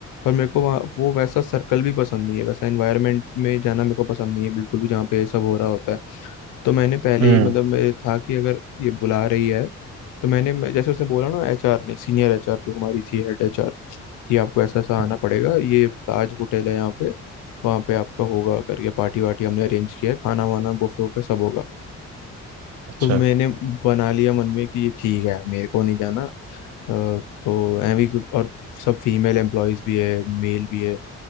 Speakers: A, on the left; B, on the right.
A: और मेरे को वहाँ वो वैसा सर्कल भी पसंद नहीं है वैसा एनवायरनमेंट में जाना मेरे को पसंद नहीं है बिल्कुल भी जहाँ पे ये सब हो रहा होता है तो मैंने पहले
B: हम्म
A: ही मतलब मेरे था कि अगर ये बुला रही है तो मैंने मैं- जैसे उसने बोला ना एचआर ने सीनियर एचआर जो हमारी थी हेड एचआर कि आपको ऐसा ऐसा
B: हम्म,
A: आना पड़ेगा ये ताज होटल है यहाँ पे वहाँ पे आपका होगा करके पार्टी वार्टी हमने अरेंज किया है खाना वाना बुफे वुफे सब होगा
B: अच्छा
A: तो मैंने बना लिया मन में कि ये ठीक है मेरे को नहीं जाना अ, तो एवी और सब फीमेल एम्प्लॉयज भी है मेल भी है